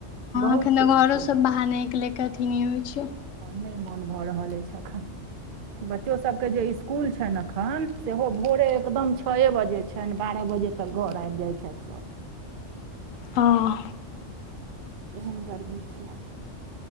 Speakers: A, on the right; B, on the left.
A: बहुत
B: अखन त घरो
A: छै
B: सं बाहर निकलैके अथी नै होइ छै।
A: नै मोन भ रहल अछि अखन। बच्चो सबके जे स्कूल छनि अखन सेहो भोरे एकदम छए बजे छनि बारह बजे तक घर आबि जाइ छथि सब।
B: हं
A: तेहन गर्मी छै।